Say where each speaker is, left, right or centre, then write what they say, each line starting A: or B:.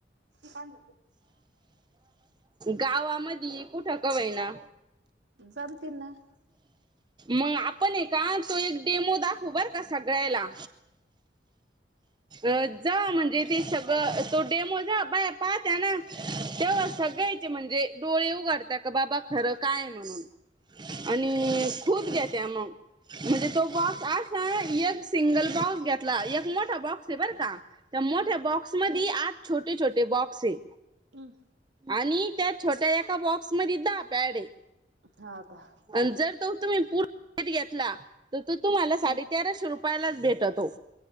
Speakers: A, on the right; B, on the right.
A: पाहिल
B: गावामध्ये कुठं का होईना
A: चालतील ना
B: मग आपण आहे का तो एक डेमो दाखवू बर का सगळ्याला अ जा म्हणजे
A: पावण्या
B: ते सगळ तो डेमो जा बाय पाहत्या ना तेव्हा
A: अ
B: सगायचे म्हणजे डोळे उघडतात का बाबा खरं काय आहे म्हणून आणि
A: अ
B: खूप घेते मग म्हणजे तो बॉक्स अस एक सिंगल बॉक्स घेतला एक मोठा बॉक्स आहे बर का मोठे
A: अ
B: बॉक्स मध्ये आत छोटे छोटे बॉक्स आहे
A: हम्म
B: आणि त्या छोट्या एका बॉक्स मध्ये दहा पॅड आहे
A: हा का
B: आणि जर तो तुम्ही पूर्णत घेतला तर तो तुम्हाला साडे
A: हम्
B: तेराशे रुपये यलाच भेटतो